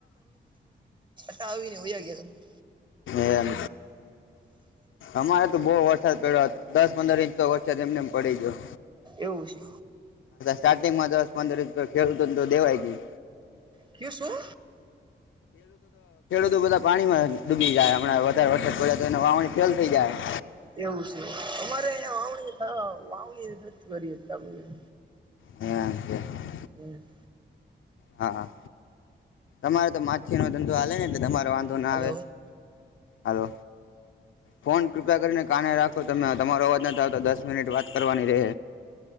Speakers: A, on the right; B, on the left.
A: તાઆવી ને વયા ગયા તા.
B: એમ અમારે તો બહુ વરસાદ પડ્યો હતો. દસ પંદર ઇંચ તો વચ્ચે તેમનેમ પડી ગયો.
A: એવું છે.
B: સ્ટાર્ટિંગ માં દસ પંદરસ રૂપ ખેડૂતોનું ને તો દેવાય ગ‌ઈ.
A: કે શું.
B: જો બધા પાણીમાં ડૂબી જાય હમણાં વધારે વરસાદ પડે તો એ વાવણી ફેલ થઈ જાય.
A: એવું છે, અમારે અહીંયા વાવણી વાવણી નથી કરી શકતા.
B: હજી.
A: હું.
B: હા, હા તમારે તો માછી નો ધંધો હા ને તમારે વાંધો ના આવે,
A: હલો
B: હાલો. ફોન કૃપા કરીને કાને રાખો તમે તમારો અવાજ નહીં આવ તો દસ મિનિટ વાત કરવાની રહે.